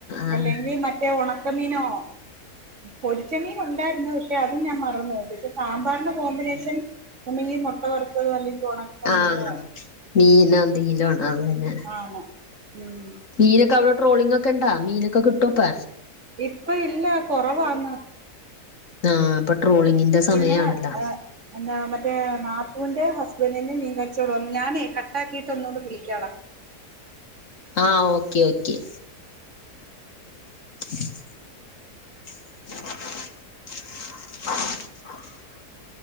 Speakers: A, on the left (about 55°); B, on the right (about 50°).
A: ആഹ്
B: അല്ലെങ്കിൽ മറ്റേ ഉണക്കമീനോ?. പൊരിച്ചമീൻ ഉണ്ടായിരുന്നു. പക്ഷേ അതും ഞാൻ മറന്നു പോയി പക്ഷെ സാമ്പാറിന്റെ കോമ്പിനേഷൻ ഒന്നുകിൽ മുട്ട വറുത്തതോ അല്ലെങ്കിൽ ഉണക്ക
A: ആഹ്
B: മീനോ
A: മീനോന്തങ്കിലും ആണ്, അത് തന്നെ
B: ആണ്, ഉം
A: മീനൊക്കെ അവിടെ ട്രോളിംഗ് ഒക്കെ ഉണ്ടോ മീനക്കെ കിട്ടുവോപ്പ
B: ഇപ്പ ഇല്ല കുറവാന്ന്.
A: ആഹ് ഇപ്പൊ ട്രോളിങ്ങിന്റെ സമയ
B: പിന്നെ
A: ആണല്ലോ?.
B: ഏഹ് എന്നാ മറ്റേ നാത്തുവിന്റെ ഹസ്ബൻ്റിന് മീൻ കച്ചോടാണു, ഞാനെ കട്ടാക്കിട്ട് ഒന്നുകൂടെ വിളിക്കാടാ
A: ആഹ് ഓക്കേ ഓക്കെ <inaudible> <inaudible>